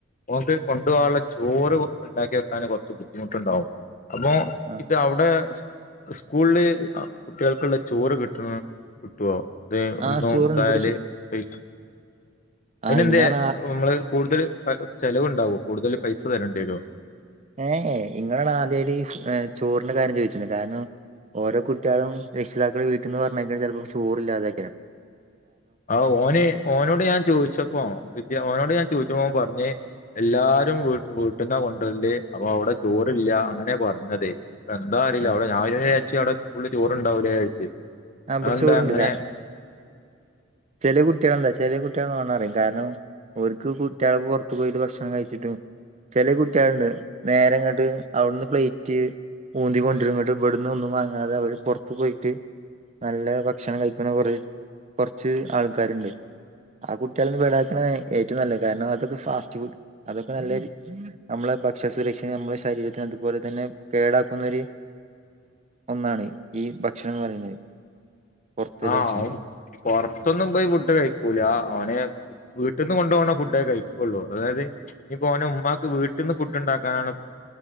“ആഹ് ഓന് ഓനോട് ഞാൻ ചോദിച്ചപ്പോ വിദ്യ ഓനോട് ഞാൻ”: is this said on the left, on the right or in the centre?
Left